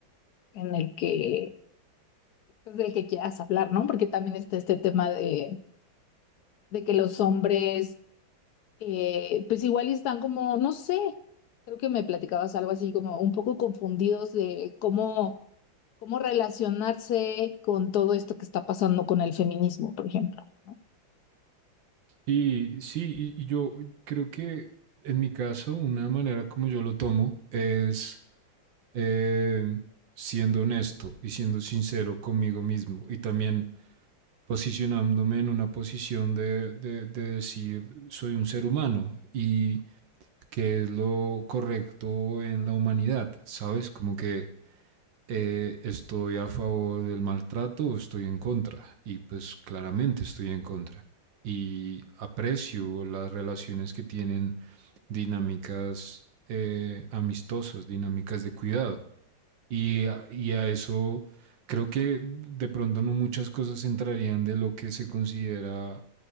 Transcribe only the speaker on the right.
Y sí, y, y yo creo que en mi caso, una manera como yo lo tomo es eh, siendo honesto y siendo sincero conmigo mismo y también posicionándome en una posición de, de, de decir soy un ser humano y qué es lo correcto en la humanidad, ¿sabes? Como que eh, estoy a favor del maltrato o estoy en contra. Y pues claramente estoy en contra. Y aprecio las relaciones que tienen dinámicas eh, amistosas, dinámicas de cuidado. Y, a- y a eso creo que de pronto no muchas cosas entrarían de lo que se considera